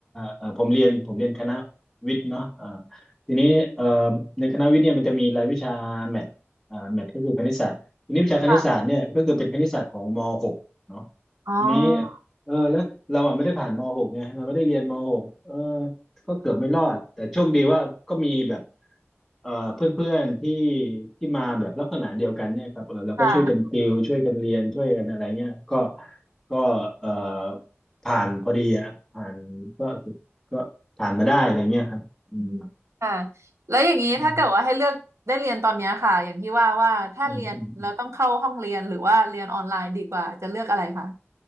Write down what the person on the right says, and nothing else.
ค่ะ
อ๋อ
ค่ะ
อืมค่ะแล้วอย่างนี้ถ้าเกิดว่าให้เลือกได้เรียนตอนเนี้ยค่ะอย่างที่ว่าว่าถ้าเรียนแล้วต้องเข้าห้องเรียนหรือว่าเรียนออนไลน์ดีกว่าจะเลือกอะไรคะ